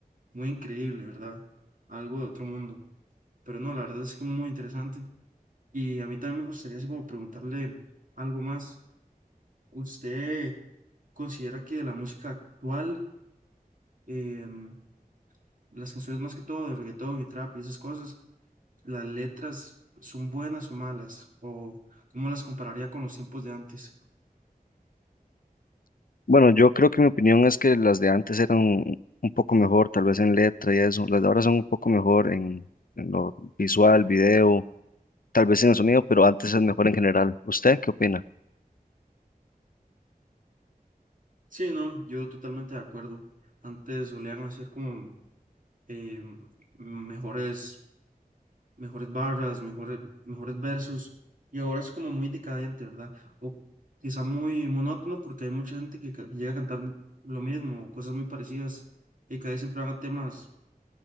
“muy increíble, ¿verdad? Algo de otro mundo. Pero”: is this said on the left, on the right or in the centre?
Right